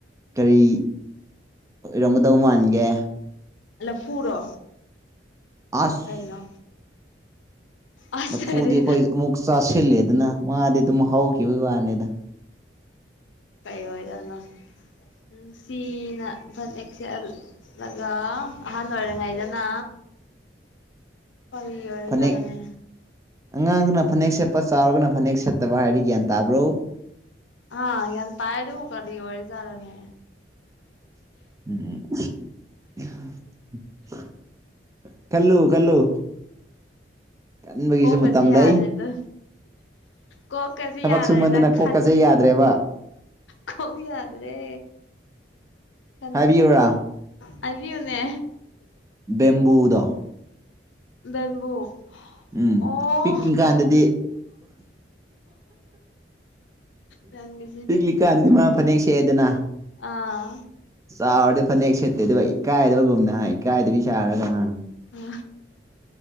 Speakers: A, on the right; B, on the left.
A: ꯀꯔꯤ ꯑꯣꯏꯔꯝꯒꯗꯧ ꯃꯥꯟꯒꯦ
B: ꯂꯐꯨꯔꯣ
A: ꯑꯁ
B: ꯀꯩꯅꯣ ꯑꯁ
A: ꯂꯐꯨꯗꯤ
B: ꯀꯔꯤ
A: ꯑꯩꯈꯣꯏ ꯑꯃꯨꯛ ꯆꯥꯁꯤꯂꯦꯗꯅ ꯃꯗꯤ ꯑꯗꯨꯝ ꯍꯧꯈꯤꯕꯒꯤ ꯋꯥꯅꯤꯗ
B: <unintelligible> ꯅꯨꯡꯁꯤꯅ ꯐꯅꯦꯛꯁ‌ꯦꯠꯂꯒ ꯑꯍꯥꯟ ꯑꯣꯏꯔꯤꯉꯩꯗꯅ ꯀꯔꯤ ꯑꯣꯏꯔ
A: ꯐꯅꯦꯛ
B: ꯖꯠꯅꯣꯅꯦ
A: ꯑꯉꯥꯡꯗꯨꯅ ꯐꯅꯦꯛ ꯁꯦꯠꯄ ꯆꯥꯎꯔꯒꯅ ꯐꯅꯦꯛ ꯁꯦꯠꯇꯕ ꯍꯥꯏꯔꯗꯤ ꯒ꯭ꯌꯥꯟ ꯇꯥꯕ꯭ꯔꯣ
B: ꯑꯥ ꯒꯌꯥꯟ ꯇꯥꯏ ꯑꯗꯕꯨ ꯀꯔꯤ ꯑꯣꯏꯔꯤ ꯖꯠꯅꯣꯅꯦ
A: <unintelligible> ꯈꯜꯂꯨ ꯈꯜꯂꯨ ꯈꯟꯕꯒꯤꯁꯨ
B: ꯀꯣꯛ
A: ꯃꯇꯝ
B: ꯀꯁꯤ ꯌꯥꯗ‍‍꯭ꯔ‌ꯦꯗ
A: ꯂꯩ
B: ꯀꯣꯛꯀꯁꯤ
A: ꯊꯕꯛ
B: ꯌꯥꯔꯦꯗ
A: ꯁꯨꯃꯟꯗꯅ
B: ꯈꯟ
A: ꯀꯣꯛꯀꯁꯦ ꯌꯥꯗ꯭ꯔꯦꯕ
B: ꯀꯣꯛ ꯌꯥꯗ꯭ꯔꯦ ꯈꯟ
A: ꯍꯥꯏꯕꯤꯌꯨꯔꯥ
B: ꯍꯥꯏꯕꯤꯌꯨꯅꯦ
A: ꯕꯦꯝꯕꯨꯗꯣ
B: ꯕꯦꯝꯕꯨ
A: ꯎꯝ
B: ꯑꯣ
A: ꯄꯤꯛꯂꯤꯀꯥꯟꯗꯗꯤ
B: ꯅꯪꯒꯤꯁꯤꯗꯤ
A: ꯄꯤꯛꯂꯤꯀꯟꯗꯗꯤ ꯃꯥ ꯐꯅꯦꯛ ꯁꯦꯑꯦꯗꯅ
B: ꯑꯥ
A: ꯆꯥꯎꯔꯗꯤ ꯐꯅꯦꯛ ꯁꯦꯠꯇꯦꯗꯕ ꯏꯀꯥꯏꯗꯕꯒꯨꯝꯅꯍ ꯏꯀꯥꯏꯗꯕꯤ ꯁꯥꯔꯒ ꯍꯥ
B: ꯎ